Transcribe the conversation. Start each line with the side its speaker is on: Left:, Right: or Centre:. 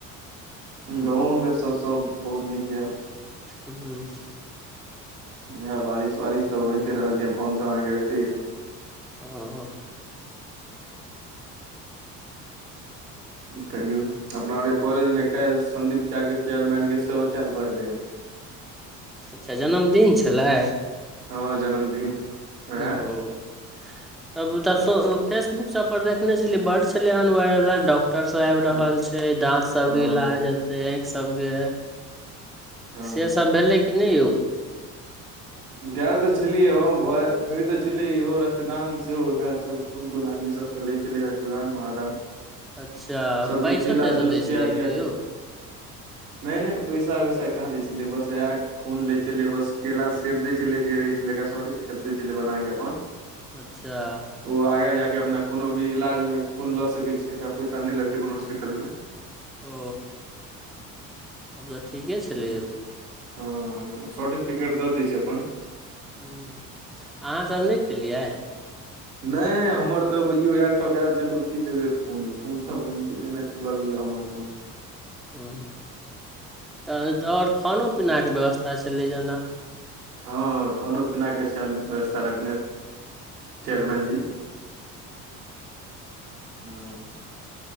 Right: गाँवोमेसँ सब बहुत नीक यऽ
Centre: हूंम्म
Right: हा बारिश वारिश तऽ होते रहल य फोन तो अहाँकेतीे यै
Centre: हाँ
Right: कहियौ अपना आरके कॉलेज मे काल्ह संदीप चा के चेयरमन के सेहो चल बर्थदे <inaudible>
Centre: अच्छा जन्मदिन छलै
Right: हँ जन्मदिन वएह
Centre: ओ तब तब फेसबुक सब पर देखने छलियै बड्ड छलै हन वायरल डॉक्टर सब आबि
Right: हँ
Centre: रहल छै दाँत सबके
Right: हँ
Centre: इलाज हेते आँखि सबके
Right: हँ
Centre: से सब भेलै कि नै यौ
Right: गेल तऽ छलियै ह भ होइत तऽ छलै इहो रक्तदान सेहो भेल छल खून तून इ सब चलै छलै रक्तदान माहादान
Centre: अच्छा
Right: सबके
Centre: पैसो
Right: केला
Centre: तैसो
Right: जूस
Centre: दै
Right: पिया
Centre: छलै कि
Right: पिया
Centre: यौ
Right: के नहि नहि पैसा वैसा कहाँ दै छलै बस इएह खून लैय छलै बस केला सेव दैय छलै जे रहै छलै एकरा सर्टिफिकेट दै छलै बनाके अपन
Centre: अच्छा
Right: ओ आगाँ जाकऽ अपना कोनो भी इलाजमे खून लऽ सकै छै एक पैसा नहि लगतै कोनो हॉस्पिटलमे
Centre: ओ तब तऽ ठीके छलै यौ
Right: हँ सर्टिफिकेट दऽ दै छै अपन
Centre: ओ अहाँ सब नहि केलियै
Right: नहि हमर तऽ बुझियौ ठकायल चलू की देबे खून खून तऽ <unintelligible> से ल हमर खून
Centre: हूंम्म तऽ तऽ आओर खानो पीनाके व्यवस्था छलै जेना
Right: हँ खानो पीनाके छैल व्यवस्था रखने चेयरमैन
Centre: हँ
Right: जी हँ